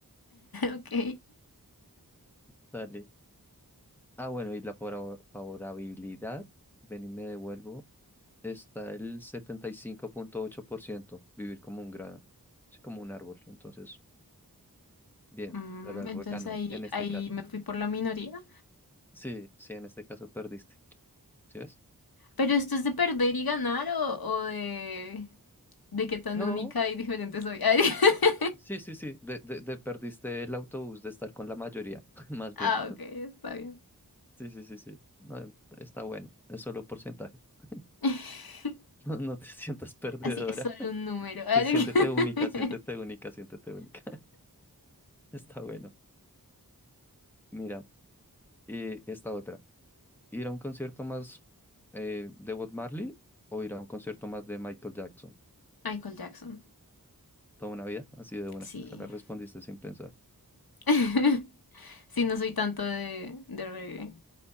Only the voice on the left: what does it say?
Ok.
Mm,
entonces
ahí,
ahí
me fui por la minoría.
Pero esto es de perder y ganar o, o de, de qué tan
única y diferente soy. <laughs>
Ah, ok, está bien.
<laughs>
Así es solo
un número.
<laughs>
Michael Jackson.
Sí.
<laughs> Sí, no soy tanto de, de reggae.